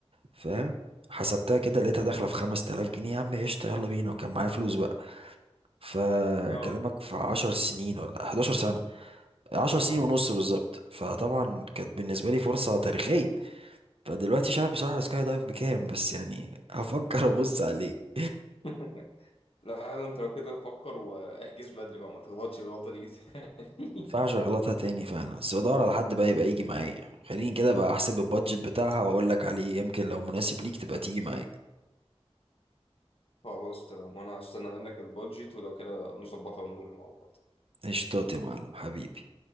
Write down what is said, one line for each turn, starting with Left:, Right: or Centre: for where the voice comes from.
Right: فاهم حسبتها كده لقيتها داخلة في خمس تلاف جنيه يا عم قشطة يلا بينا وكان معايا فلوس بقى فكلامك
Left: أه
Right: في عشر سنين ولا حداشر سنة عشر
Left: يا
Right: سنين
Left: نهار
Right: ونص
Left: أبيض
Right: بالظبط فطبعا كانت بالنسبة لي فرصة تاريخية فدلوقتي مش عارف بصراحة السكاي دايف بكام بس يعني هفكر أبص عليه
Left: <laughs> لا لا أنت لو كده فكر واحجز بدري بقى ما تغلطش الغلطة دي <laughs>
Right: ينفعش اغلطها تاني فعلا بس بدور على حد بقى يبقى يجي معايا خليني كده بقى احسب البادجت بتاعها واقول لك عليه يمكن لو مناسب ليك تبقى تيجي معايا
Left: خلاص تمام وأنا هستنى منك البادجت ولو كده نظبطها ونروح مع بعض
Right: قشطات يا معلم حبيبي